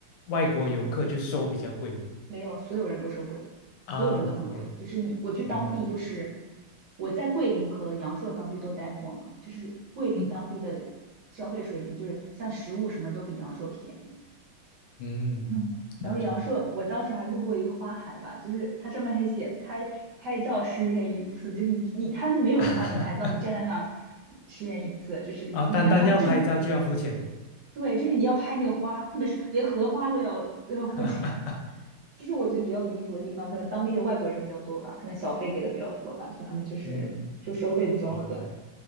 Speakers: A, on the left; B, on the right.
A: 外国游客，就收比较贵吗？
B: 没有，所有人都说贵，所有人都很贵。
A: 啊，OK，
B: 就是你，我去当地，
A: 明白。
B: 就是我在桂林和阳朔当地都待过嘛，就是桂林当地的消费水平，
A: 嗯。
B: 就是像食物什么都比阳朔便宜。
A: 嗯，
B: 嗯，然后阳朔，
A: 了解。
B: 我当时还路过一个花海吧，就是它上面还写拍拍照十元一次，就是你你他是没有人帮你拍照，
A: <laughs>
B: 你站在那儿十元一次，就是你想想它这么
A: 啊，单单要拍照就要付钱。
B: 对，就是你要拍那个花，特别是连荷花都要都要付钱，
A: <laughs>
B: <laughs> 就是我觉得比较离谱的地方。可能当地的外国人比较多吧，可能小费给的比较多吧，就他们就是就收费比较狠。
A: 嗯，明白。